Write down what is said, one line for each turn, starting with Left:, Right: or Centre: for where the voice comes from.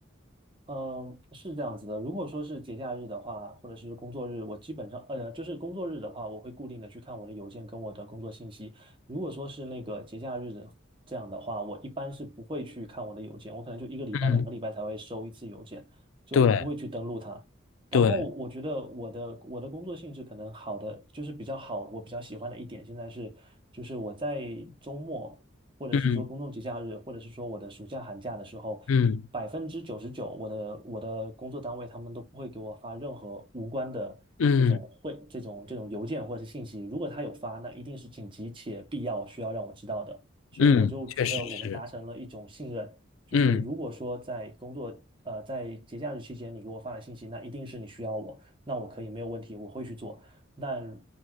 Right: 嗯，是这样子的。如果说是节假日的话，或者是工作日，我基本上，呃，就是工作日的话，我会固定的去看我的邮件跟我的工作信息。如果说是那个节假日的这样的话，我一般是不会去看我的邮件，我可能就一个礼拜、
Left: 嗯，
Right: 两个礼拜才会收一次邮件，就我不会去登录它。
Left: 对。
Right: 然后我觉得我的我的工作性质可能好的就是比较好，
Left: 对，
Right: 我比较喜欢的一点现在是，就是我在周末。或者是说公众节假日，
Left: 嗯
Right: 或者是说我的暑假寒假的时候，
Left: 嗯
Right: 百分之九十九我的我的工作单位他们都不会给我发任何无关的这种会这种这种邮件或者是信息。
Left: 嗯
Right: 如果他有发，那一定是紧急且必要需要让我知道的。所以我就觉得我们达成了一种信任，
Left: 嗯，确实是，
Right: 就是如果说在工作呃在节假日期间你给我发了信息，
Left: 嗯，
Right: 那一定是你需要我，那我可以没有问题，我会去做。但